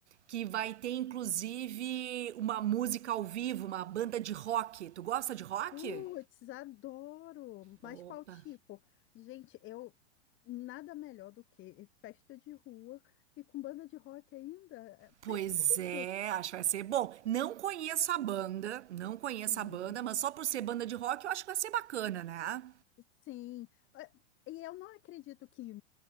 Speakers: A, on the right (about 75°); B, on the left (about 35°).
A: que vai ter inclusive uma música ao vivo, uma banda de rock. Tu gosta de rock?
B: Putz, adoro!
A: Opa,
B: Mas qual tipo? Gente, eu nada melhor do que festa de rua e com banda de rock ainda. É
A: Pois
B: Perfeito!
A: é, acho que vai ser bom. Não conheço a banda, não conheço
B: Sim,
A: a banda, mas só por ser banda de rock eu acho que vai ser bacana, né?
B: sim. É, E eu não acredito que